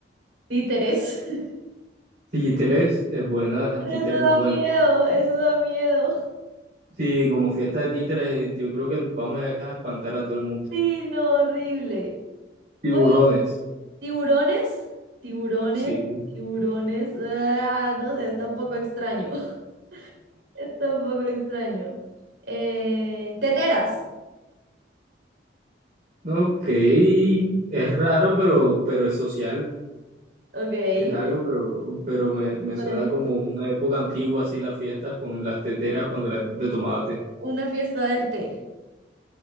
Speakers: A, on the right; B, on the right.
A: Títeres. <laughs>
B: Títeres es buena,
A: Pero
B: títeres
A: eso da
B: es buena.
A: miedo, eso da miedo.
B: Sí, como fiesta de títeres, eh, yo creo que vamos a dejar espantar a todo el mundo.
A: Sí, no, horrible.
B: Tiburones,
A: Pues tiburones, tiburones,
B: sí.
A: tiburones. ah, no sé, está un poco extraño. <laughs> Está un poco extraño. Eh, teteras.
B: Ok, es raro, pero, pero es social.
A: Ok.
B: Es algo, pero, pero me, me
A: Pues
B: suena como una época antigua, así las fiestas con las teteras cuando la gente tomaba té.
A: una fiesta del té.